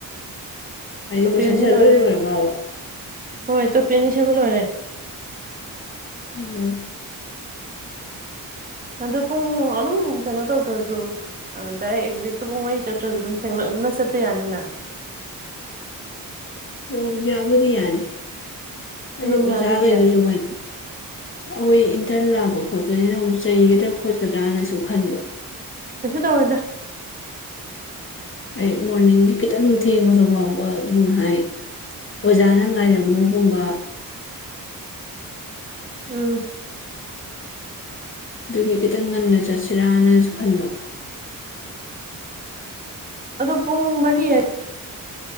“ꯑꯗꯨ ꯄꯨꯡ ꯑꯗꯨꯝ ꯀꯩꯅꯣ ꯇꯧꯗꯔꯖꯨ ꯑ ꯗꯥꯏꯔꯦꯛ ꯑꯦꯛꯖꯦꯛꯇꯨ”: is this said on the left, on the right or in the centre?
Right